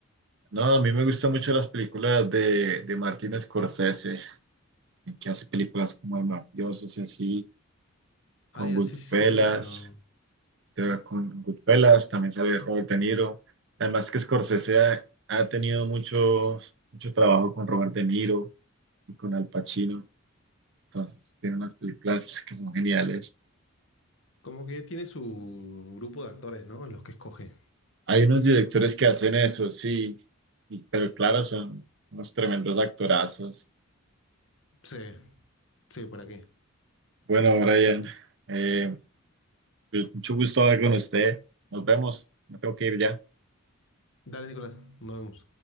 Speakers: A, on the right; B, on the left.
A: No, a mí me gustan mucho las películas de, de Martin Scorsese, que hace películas como El Mafioso, y así, con
B: Ah, ya,
A: Goodfellas.
B: sí, sí, sí, la he visto.
A: de- Con Goodfellas también sale Robert De Niro. Además que Scorsese ha, ha tenido mucho, mucho trabajo con Robert De Niro y con Al Pacino. Entonces, tiene unas películas que son geniales.
B: Como que tiene su grupo de actores, ¿no? Los que escoge.
A: Hay unos directores que hacen eso, sí, y- pero claro, son unos tremendos actorazos.
B: Sí, sí, ¿para qué?
A: Bueno, Brian, eh, pues, mucho gusto hablar con usted. Nos vemos. Me tengo que ir ya.
B: Dale, Nicolás, nos vemos.